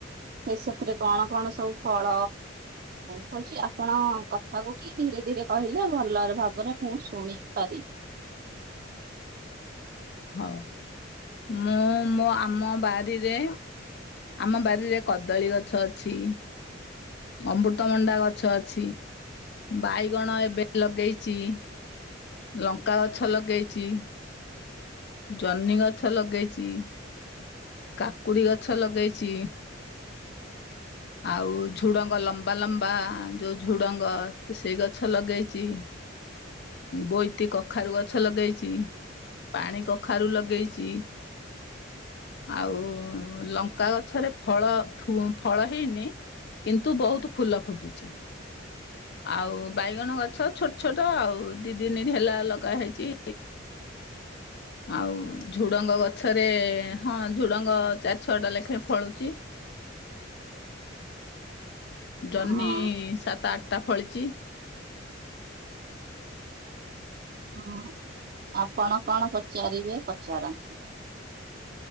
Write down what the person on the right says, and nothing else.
ସେ ସେଥିରେ କଣ କଣ ସବୁ ଫଳ ଫଳୁଛି ଆପଣ କଥାକୁ କି ଧି ଧୀରେ ଧୀରେ କହିଲେ ଭଲ ଭାବରେ ମୁଁ ଶୁଣି ପାରିି
ହ
ହଁ
ହଁ ଆପଣ କଣ ପଚାରିବେ ପଚାରନ୍ତୁ?